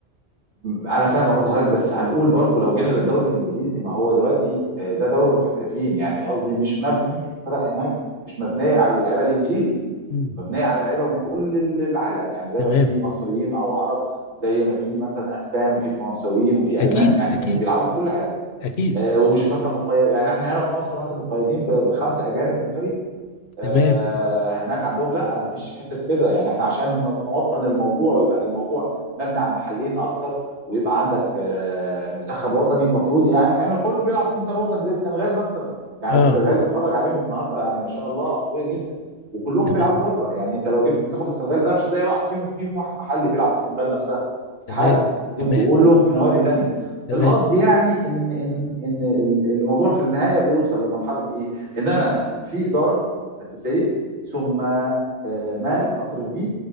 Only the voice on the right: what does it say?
انا فاهم قصد حضرتك بس هنقول برضو لو جينا للدوري الانجليزي ما هو دلوقتي آه، ده دوري محترفين يعني قصدي مش مبني الفرق هناك مش مبنيه على اللعيبه الانجليز
مبنيه على لعيبه من كل العالم يعني زي
ما في مصريين او عرب زي ما في مثلا اسبان وفي فرنساويين وفي
المان يعني
بيلعبوا في كل حته
آه، ومش مثلا مقيد يعني احنا هنا في مصر مثلا مقيدين بخمسه اجانب في الفريق آه،
هناك عندهم لا مفيش حته كده يعني احنا عشان نوطن الموضوع ويبقى الموضوع مبني على المحليين اكتر ويبقى عندك آه، منتخب وطني المفروض يعني مع انه كله بيلعب في منتخب وطني زي السنغال مثلا يعني
السنغال اتفرج عليهم النهارده يعني ما شاء الله اقوياء جدا وكلهم
بيلعبوا بره يعني انت لو جبت منتخب السنغال ده مش هتلاقي واحد فيهم فيهم واحد محلي بيلعب في السنغال نفسها استحاله
هتلاقيهم
كلهم في نوادي تانية
القصد يعني ان ان ان الموضوع في النهايه بيوصل لمرحله ايه؟ ان انا في اداره اساسيه ثم آه، مال اصرف بيه